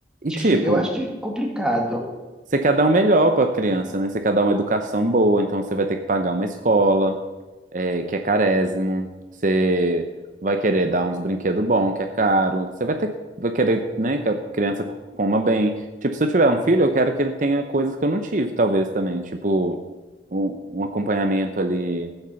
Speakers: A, on the right (about 45°); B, in the centre.
A: E
B: difí-
A: tipo,
B: eu acho di- complicado.
A: você quer dar o melhor para a criança, né? Você quer dar uma educação boa, então você vai ter que pagar uma escola, é, que é carésimo. Você vai querer dar uns brinquedos bons, que é caro. Você vai ter, vai querer, né, que a criança coma bem. Tipo, se eu tiver um filho, eu quero que ele tenha coisas que eu não tive, talvez também. Tipo, um, um acompanhamento ali.